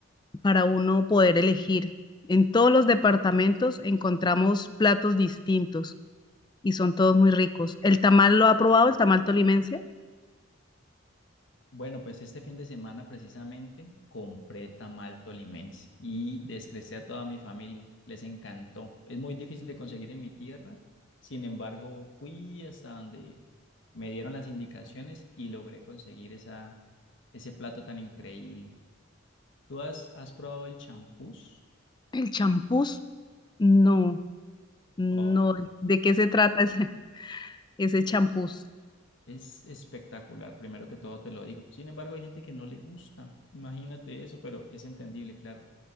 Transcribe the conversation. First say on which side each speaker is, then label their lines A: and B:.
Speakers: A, on the left; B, on the left.
A: para uno poder elegir. En todos los departamentos encontramos platos distintos y son todos muy ricos. ¿El tamal lo ha probado, el tamal tolimense?
B: Bueno, pues este fin de semana precisamente compré tamal tolimense y descresté a toda mi familia. Les encantó. Es muy difícil de conseguir en mi tierra. Sin embargo, fui hasta donde me dieron las indicaciones y logré conseguir esa, ese plato tan increíble. ¿Tú has, has probado el champús?
A: ¿El champús? No. No,
B: Oh,
A: ¿de qué se trata ese, ese champús?
B: Es espectacular, primero que todo te lo digo. Sin embargo, hay gente que no le gusta, imagínate eso, pero es entendible, claro.